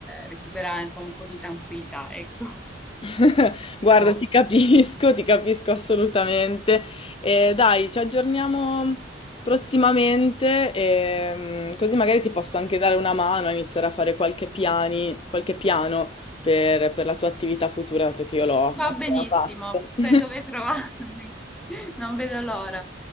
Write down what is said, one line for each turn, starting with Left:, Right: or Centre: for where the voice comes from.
Centre: recuperare insomma un po' di tranquillità, ecco, un
Left: <laughs> Guarda,
Centre: po'.
Left: ti capisco, ti capisco assolutamente. Eh, dai, ci aggiorniamo prossimamente, ehm, così magari ti posso anche dare una mano a iniziare a fare qualche piani, qualche piano per, per la tua attività futura, dato che io l'ho
Centre: Va
Left: appena
Centre: benissimo,
Left: fatto. <laughs>
Centre: sai dove trovarmi, <laughs> non vedo l'ora.